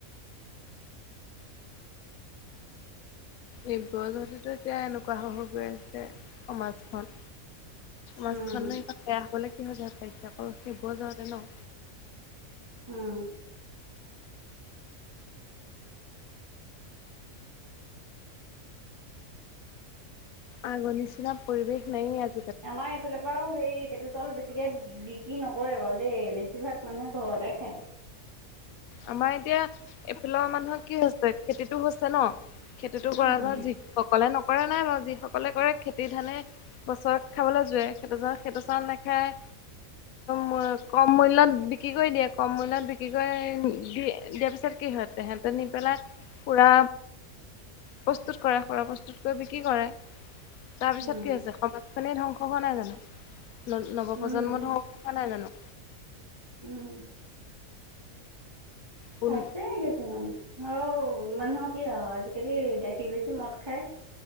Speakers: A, on the left; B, on the right.
A: এইবোৰৰ পৰাই জতিটো এতিয়া এনেকুৱা হৈ গৈ আছে সমাজখন। মাছখন
B: উম
A: ন বেয়া হবলে কিহ য পাইছে আকৌ সেইবোৰৰ যাওঁতে ন।
B: উম্
A: আগৰ নিচিনা পৰিৱেশ নাই আজি
B: আমাৰ এইফালৰ পৰাও সেই সেইটো চাউল বেছিকে বিক্ৰী নকৰে বাৰু দেই বেছিভাগ মানুহে ঘৰতে খায়।
A: আমাৰ এতিয়া এইফালৰ মানুহৰ কি হৈছে খেতিতটো হৈছে ন? খেতিতো কৰা
B: উম
A: যা যি সকলে নকৰে নাই বাৰু যি সকলে কৰে খেতি ধানে বছৰত খাবলৈ যোৱে স সেইটো চাউল নাখায়। ম কম মূল্য বিক্ৰী কৰি দিয়ে কম মূল্যত বি কি কয় দি দিয়াৰ পিছত কি হয় তে সেহত নি পেলাই পুৰা প্ৰস্তুত কৰে সুৰা প্ৰস্তুত কৰি বিক্ৰী কৰে। তাৰপিছত
B: উম
A: কি হৈছে সমাজ খনেই ধ্বংস হোৱা নাই জানো? ন নৱপ্ৰজন্ম
B: উম
A: ধ্বংস হোৱা নাই জানো?
B: উম।
A: কোন
B: আছে কিছুমান। আহ মানুহৰ কি আও আজিকালি গাখীৰ বেছি মদ খায়।